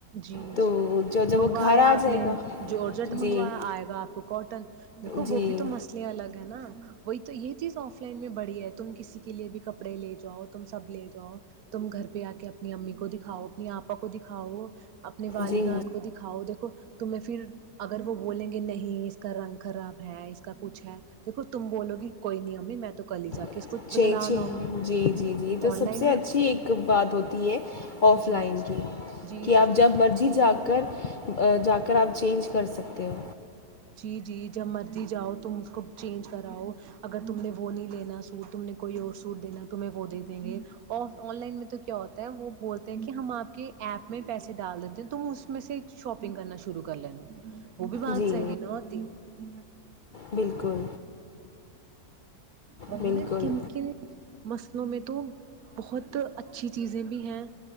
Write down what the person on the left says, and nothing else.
تو جو جب
وہ گھر آ
جائے
گا
جی
جی
جی
اچھ
اچھ
ہاں
جی جی جی تو
سب
سے
اچھ اچ ایک بات ہوتی ہے آف
لائن کی
کہ آپ
جب مرضی جا کر <inaudible> اگر آپ چینج کر سکتے ہو
جی
بالکل
بالکل